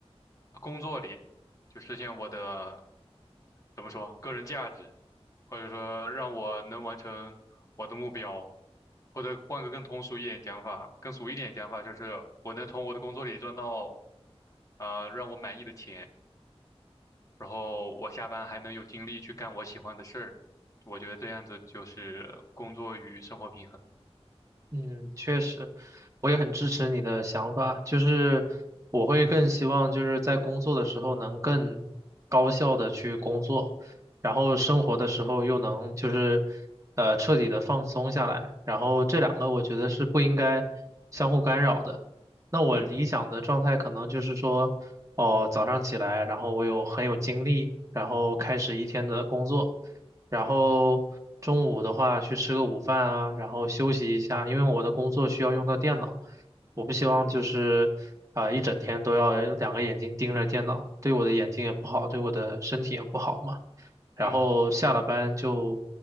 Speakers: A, on the left; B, on the right.
A: 工作里就实现我的，怎么说，个人价值，或者说让我能完成我的目标，或者换个更通俗一点讲法，更俗一点讲法就是我能从我的工作里赚到啊、呃让我满意的钱，然后我下班还能有精力去干我喜欢的事儿，我觉得这样子就是工作与生活平衡。
B: 嗯，确实，我也很支持你的想法，就是我会更希望就是在工作的时候能更高效的去工作，然后生活的时候又能就是呃彻底的放松下来，然后这两个我觉得是不应该相互干扰的。那我理想的状态可能就是说，
A: 嗯
B: 哦，早上起来，然后我有很有精力，然后开始一天的工作。然后中午的话去吃个午饭啊，然后休息一下，因为我的工作需要用到电脑，我不希望就是啊、呃一整天都要两个眼睛盯着电脑，对我的眼睛也不好，对我的身体也不好嘛。然后下了班就，
A: 嗯。